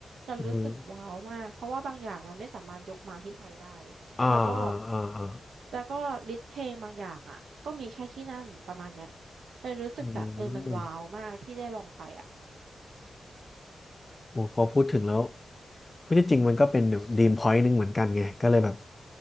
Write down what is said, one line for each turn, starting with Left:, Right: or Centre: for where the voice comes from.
Right: เรารู้สึกว้าวมากเพราะว่าบางอย่างมันไม่สามารถยกมาที่ไทยได้
Left: อืมอ่า
Right: แล้วก็
Left: อ่าอ่า
Right: แล้วก็ลิสต์เพลงบางอย่างอ่ะก็มีแค่ที่นั่นประมาณเนี้ยเลยรู้สึกแบบเออมันว้าวมากที่ได้ลองไปอ่ะ
Left: อืม โอ้พอพูดถึงแล้วพูดที่จริงมันก็เป็นดีมพอยต์หนึ่งเหมือนกันไงก็เลยแบบ